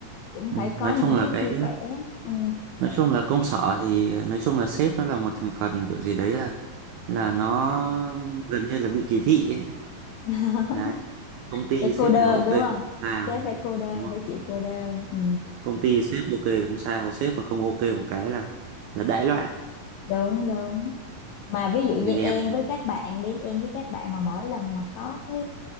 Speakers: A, on the left (about 85°); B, on the right (about 85°).
A: cũng
B: ừ,
A: phải có
B: nói
A: những
B: chung là
A: cái
B: cái
A: chia sẻ ừ.
B: nói chung là công sở thì nói chung là sếp nó là một thành phần kiểu gì đấy là là nó gần như là bị kỳ thị ấy.
A: <laughs>
B: Đấy, công ty
A: về
B: sếp
A: cô đơn
B: nào ok
A: đúng
B: thì
A: không
B: không sao
A: sếp phải cô đơn
B: đúng không?
A: phải chịu cô đơn ừ.
B: Công ty sếp ok thì không sao sếp mà không ok một cái là là đại loạn
A: đúng đúng mà ví dụ
B: như
A: như
B: em
A: em
B: này.
A: với các bạn đi em với các bạn mà mỗi lần mà có cái